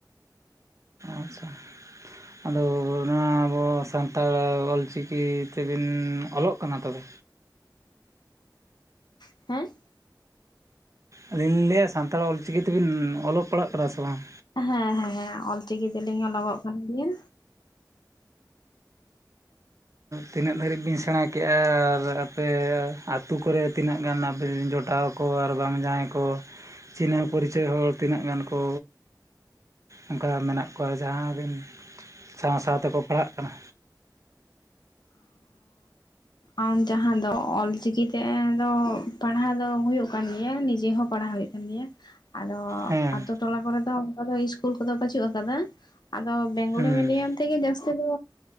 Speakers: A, on the right (about 45°); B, on the left (about 75°).
A: ᱟᱪᱪᱷᱟ ᱟᱫᱚ ᱱᱚᱣᱟ ᱟᱵᱚ ᱥᱟᱱᱛᱟᱲ ᱚᱞᱪᱤᱠᱤ ᱛᱮ ᱵᱤᱱ ᱚᱞᱚᱜ ᱠᱟᱱᱟ ᱛᱚ ᱵᱮ
B: <unintelligible>
A: ᱟᱹᱞᱤᱧ ᱞᱤᱧ ᱞᱟᱹᱭᱮᱫᱼᱟ ᱥᱟᱱᱛᱟᱲ ᱚᱞᱪᱤᱠᱤ ᱛᱮᱵᱤᱱ ᱚᱞᱚᱜ ᱯᱟᱲᱦᱟᱜ ᱠᱟᱱᱟ ᱥᱮ ᱵᱟᱝ?
B: ᱦᱮᱸ ᱦᱮᱸ ᱚᱞᱪᱤᱠᱤ ᱛᱮᱞᱤᱧ ᱚᱞᱚᱜᱚᱜ ᱠᱟᱱ ᱜᱮᱭᱟ᱾
A: ᱛᱤᱱᱟᱹᱜ ᱫᱷᱟᱹᱨᱤᱡ ᱵᱮᱱ ᱥᱮᱬᱟ ᱠᱮᱜᱼᱟ ᱟᱨ ᱟᱯᱮ ᱟᱛᱳ ᱠᱚᱨᱮ ᱛᱤᱱᱟᱹᱜ ᱜᱟᱱ ᱟᱵᱤᱱ ᱡᱚᱴᱟᱣ ᱠᱚ ᱟᱨ ᱵᱟᱝ ᱡᱟᱦᱟᱸᱭ ᱠᱚ ᱪᱤᱱᱦᱟᱹ ᱯᱚᱨᱤᱪᱚᱭ ᱦᱚᱲ ᱛᱤᱱᱟᱹᱜ ᱜᱟᱱ ᱠᱚ ᱚᱱᱠᱟ ᱢᱮᱱᱟᱜ ᱠᱚᱣᱟ ᱡᱟᱦᱟᱸᱵᱤᱱ ᱥᱟᱶ ᱥᱟᱶ ᱛᱮᱠᱚ ᱯᱟᱲᱦᱟᱜ ᱠᱟᱱᱟ
B: ᱟᱨ ᱡᱟᱦᱟᱸ ᱫᱚ ᱚᱞᱪᱤᱠᱤ ᱛᱮ ᱛᱚ ᱯᱟᱲᱦᱟᱣ ᱫᱚ ᱦᱩᱭᱩᱜ ᱠᱟᱱ ᱜᱮᱭᱟ ᱱᱤᱡᱮ ᱦᱚᱸ ᱯᱟᱲᱦᱟᱣ ᱦᱩᱭᱩᱜ ᱠᱟᱱᱟ᱾ ᱜᱮᱭᱟ ᱟᱫᱚ
A: ᱦᱮᱸ
B: ᱟᱛᱳ ᱴᱚᱞᱟ ᱠᱚᱨᱮ ᱫᱚ ᱫᱚ ᱤᱥᱠᱩᱞ ᱠᱚᱫᱚ ᱵᱟᱹᱪᱩᱜ ᱟᱠᱟᱫᱟ ᱟᱫᱚ ᱵᱮᱝᱜᱚᱞᱤ
A: ᱦᱮᱸ
B: ᱢᱤᱰᱤᱭᱟᱢ ᱛᱮᱜᱮ ᱡᱟᱹᱥᱛᱤ ᱫᱚ